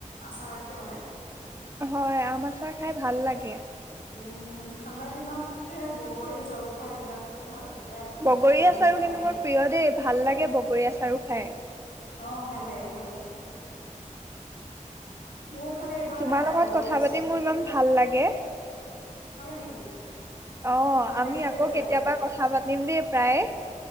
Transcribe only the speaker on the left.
আচাৰতকে মানে।।
উম ঠাণ্ডা দিনত হে বগৰী, জলফাই এইবিলাক হয়। এতিয়া
গৰম দিনত
আম
অ ভাল লাগে ভাল লাগে। মোৰ খালি এইবাৰ
নাই,
বগৰী
আচাৰ।
হয় নেকি
ভাল
লাগিল
দেই জানি